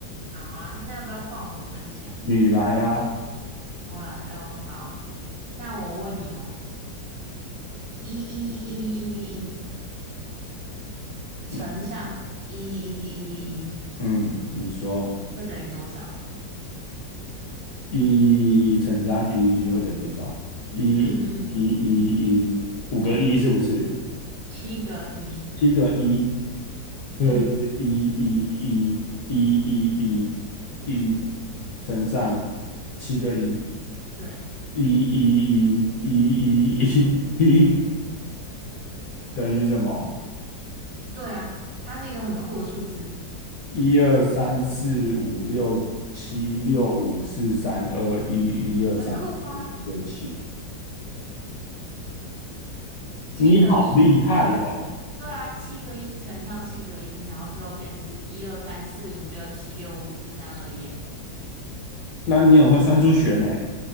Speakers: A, on the right; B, on the left.
A: 好啊，那要不要换我分享？
B: 你来啊，
A: 我来哦，好，那我问你哦，一一一一一一一乘上一一一一一一
B: 那嗯，你说。
A: 会等于多少？
B: 一乘上一会等于多少？一一一一，
A: 嗯嗯嗯，
B: 五个一是不是？
A: 七个一，
B: 七个一，所以是一一一一一一一
A: <laughs> 嗯，
B: 乘上
A: 对
B: 七个一，
A: 对
B: 一一一一一一一等于什么？
A: 对啊，它是一个很酷的数字，
B: 一二三四五六七六五四三二一一二三四五六七，
A: 很酷吧？七个一乘上，
B: 你好厉害哦！
A: 对啊，七个一乘上七个一，然后最后变是一二三四五六七六五四三二一，哎，
B: 那你很会算数学呢。